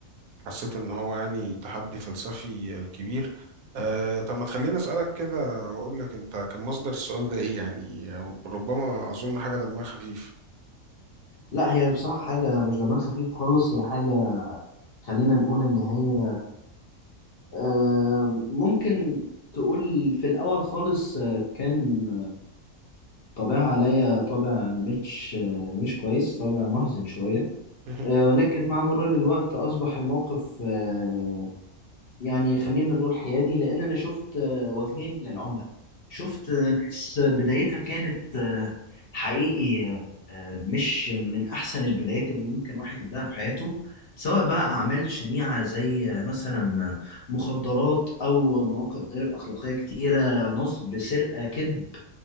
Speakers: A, on the right (about 80°); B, on the left (about 50°).
A: حسيت إن هو يعني تحدي فلسفي آه، كبير أه طب ما تخليني أسألك كده وأقول لك أنت كان مصدر السؤال ده إيه يعني ربما أظن حاجة دمها خفيف
B: لا هي بصراحة حاجة مش دماغ خفيف خالص هي حاجة خلينا نقول إن هي آه، ممكن تقول في الأول خالص آه، كان طابعها عليا طابع مش مش كويس طابع محزن شوية
A: <laughs>
B: آه، ولكن مع مرور الوقت أصبح الموقف آه، يعني خلينا نقول حيادي لأن أنا شفت آه، وجهين للعملة شفت آه، ناس بدايتها كانت آه، حقيقي آه، مش من أحسن البدايات اللي ممكن واحد يبدأها في حياته سواء بقى أعمال شنيعة زي آه، مثلا مخدرات أو مواقف غير أخلاقية كتيرة نصب سرقة كذب